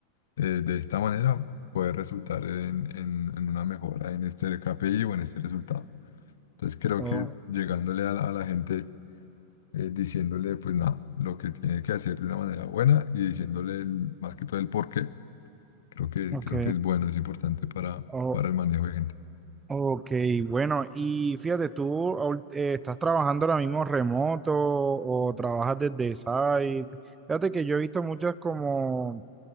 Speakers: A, on the left; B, on the right.
A: eh, de esta manera, puede resultar en, en- en una mejora en este KPI o en este resultado. Entonces creo
B: O-
A: que llegándole a la a la gente eh, diciéndole pues nada, lo que tiene que hacer de una manera buena y diciéndole el- más que todo el por qué. Creo que,
B: ok.
A: creo que es bueno, es importante para,
B: O-
A: para el manejo de gente.
B: ok, bueno, y fíjate, ¿tú ahor- eh, estás trabajando ahora mismo remoto o trabajas desde site? Fíjate que yo he visto muchas como